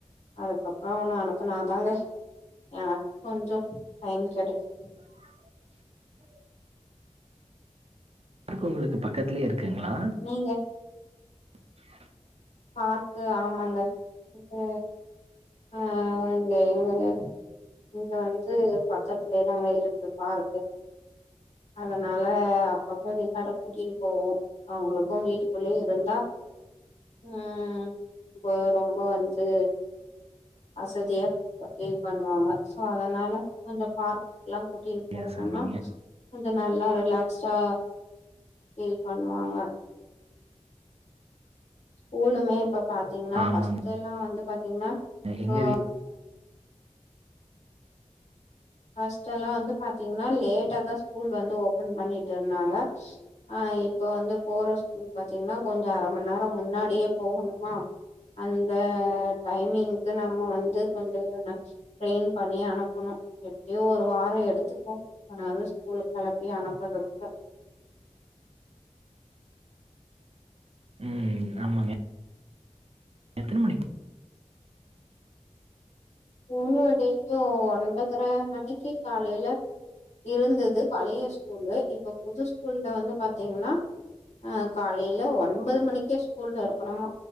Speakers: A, on the left; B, on the right.
A: அதுக்கப்றோ அவன அனுப்புனாதாங்க எனக்கொஞ்சோ டைம் கெடைக்கி
B: <unintelligible> ர்க் உங்களுக்கு பக்கத்துலயே இருக்குங்ளா
A: நீங்க
B: <unintelligible>
A: பார்க்கு ஆமாங்க உ ஆ இங்க எங்கங்க இங்க வந்து பக்கத்துலேதாங்க இருக்கு பார்க்கு அதனால அப்பப்போ விஹான்னா கூட்டினு போவோ அவுங்களுக்கு வீட்டு குள்ளே இருந்தா ம் பொ ரொம்ப வந்து அசதியா பீல் பண்ணுவாங்க சோ அதனால கொஞ்சோ பார்க் ல்லா கூட்டினு
B: சரியா
A: போனுனா
B: சொன்னீங்க
A: கொஞ்சோ நல்லா ரிலாக்சா பீல் பண்ணுவாங்க ஸ்கூலுமே இப்ப பாத்தீங்ன்னா
B: ஆமாங்க
A: பஸ்டெல்லா வந்து பாத்தீங்ன்னா
B: எங்க
A: ஆ
B: வீ
A: பஸ்டெல்லா வந்து பாத்தீங்ன்னா லேட்டாதா ஸ்கூல் வந்து ஓபன் பண்ணிட்டுருந்தாங்க ஆ இப்ப வந்து போற ஸ்கூல் பாத்தீங்ன்னா கொஞ்சோ அர மணி நேரோ முன்னாடியே போகணுமா அந்த டைமிங்க்கு நம்ம வந்து கொஞ்சோ <unintelligible> ட்ரெயின் பண்ணி அனுப்பணு டியு ஒரு வாரோ எடுத்துக்கு அவன வந்து ஸ்கூலு கெளப்பி அனுப்பறதுக்கு
B: ம் ஆமாங்க எத்தன மணிக்
A: மூணு டெய்லியு ஒன்பதர மணிக்கி காலீல இருந்தது பழைய ஸ்கூலு இப்ப புது ஸ் ஸ்கூல்ல வந்து பாத்தீங்ன்னா ஆ காலைல ஒன்பது மணிக்கே ஸ்கூல்ல இருக்கணுமா